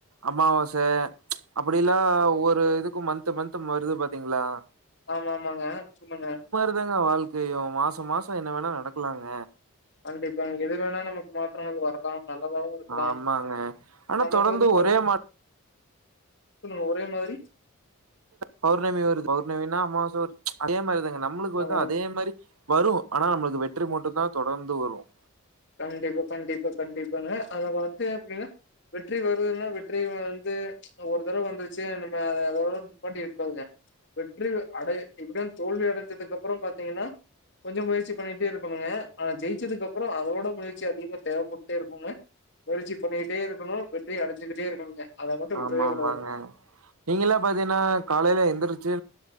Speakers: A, on the right; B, on the left.
A: அமாவாச அப்டிலா ஒரு இதுக்கும் மந்த் மந்த் வருது பாத்தீங்களா
B: ஆமா ஆமாங்க சொல்லுங்க
A: இதாங்க வாழ்க்கயு மாசம் மாசோ என்ன வேணா நடக்கலாங்க
B: கண்டிப்பா எனக்கு எது வேணாலும் நமக்கு மாற்றங்கள் வரலாம் நல்லதாவும் இருக்கலாம்
A: ஆமாங்க ஆனா
B: நமக்கு
A: தொடர்ந்து
B: வந்து பா
A: ஒரே மா
B: சொல்லுங்க ஒரே மாரி
A: பௌர்ணமி வருது பௌர்ணமினா அமாவாச வருது அதே மாரி தாங்க நம்முளுக்கு வருதா
B: ஆமா.
A: அதே மாரி வரும் ஆனா நம்முளுக்கு வெற்றி மட்டு தா தொடர்ந்து வரும்
B: கண்டிப்பா கண்டிப்பா கண்டிப்பாங்க அது வந்து எப்டினா வெற்றி வருதுனா வெற்றி வந்து ஒரு தடவ வந்துருச்சு நம்ம அதோட நிப்பாட்டிட கூடாதுங்க வெற்றி அடை எப்டியு தோல்வி அடைஞ்சதுக்கு அப்றோ பாத்தீங்கன்னா கொஞ்சோ முயற்சி பண்ணிட்டே இருக்கணுங்க ஆனா ஜெிச்சதுக்குப்புறோ அதோட முயற்சி அதிகமா தேவ பட்டுட்டே இருக்குங்க முயற்சி பண்ணிக்கிட்டே இருக்கணும் வெற்றி அடைஞ்சகிட்டே இருக்கணுங்க அத மட்டும் விட்டுறவே
A: ஆமா
B: கூடாது.
A: ஆமாங்க நீங்கல்லாம் பாத்தீங்கன்னா காலைல எந்துருச்சு